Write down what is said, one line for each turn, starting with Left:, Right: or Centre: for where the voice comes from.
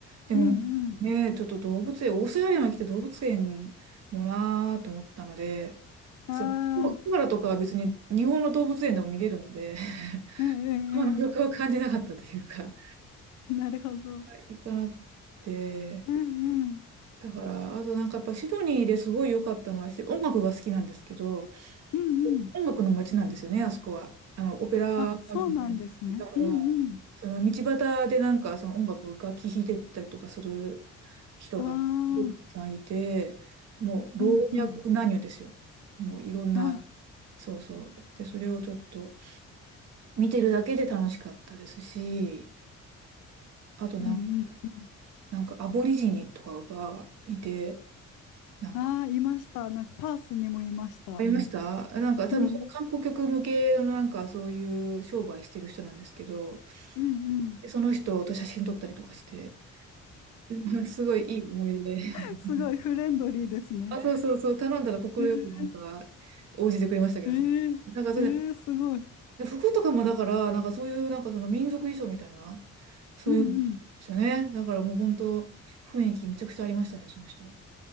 Right: でもね、
Left: うんうん。
Right: ちょっと動物園、オーストラリアに来て動物園もなーと思ったので、
Left: ああ、
Right: その、コアラとかは別に日本の動物園でも見れるので、<laughs>
Left: うんうん
Right: あの魅力を感じなかったというか、
Left: うん。なるほど。
Right: 行かなくて、
Left: うんうん。
Right: だから、あとなんかやっぱシドニーですごい良かったのは、し音楽が好きなんですけど、
Left: うんうん。
Right: 音楽の街なんですよね、あそこは。あの、オペラハウスで。
Left: あ、そうなんですね。
Right: だから、
Left: うんう
Right: その道端でなんかその音楽、楽器弾いてったりとかする人がたくさんいて、
Left: ん。ああ、
Right: もう老若男女ですよ。
Left: うんうん。
Right: もういろんな、
Left: あ、
Right: そうそう。で、それをちょっと見てるだけで楽しかったですし、あとなん、
Left: うんうん。
Right: なんかアボリジニとかがいて、なんか、
Left: ああ、いました。なんかパースにもいました。
Right: ありましたなんか多分その観光客向けのなんかそういう商売してる人なんですけど、
Left: うん、うん、うん。
Right: でその人と写真撮ったりとかして、<laughs> すごいいい思い出。<laughs>
Left: <laughs> すごいフレンドリーですね。
Right: あ、そうそうそう、頼んだら快くなんか応じてくれましたけど、
Left: えー、えー、
Right: そなんかそれで、
Left: えー、すごい。
Right: で服とかもだから、なんかそういうなんかその民族衣装みたいな、そういうんですよね。
Left: うん、うん。
Right: だからもう本当、雰囲気めちゃくちゃありましたね、その人は。